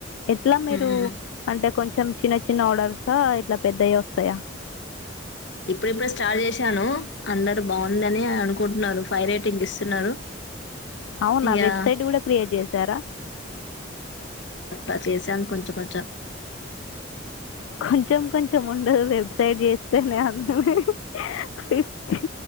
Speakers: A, on the left; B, on the left.
A: ఎట్లా మీరు
B: మ్మ్
A: అంటే కొంచెం చిన్న చి చిన్న ఆర్డర్సా ఇట్లా పెద్దయి వస్తాయా
B: ఇప్పుడు ఇప్పుడు స్టార్ట్ చేసాను అందరు బాగుందని అనుకుంటున్నారు ఫైవ్ రేటింగ్ ఇస్తున్నారు
A: అవునా
B: ఇగ
A: వెబ్సైట్ కూడా క్రియేట్ చేశారా
B: ఆ చేసాను కొంచెం కొంచెం
A: కొంచెం కొంచెం ఉండదు లే వెబ్సైట్ చేస్తేనే అందరు <inaudible>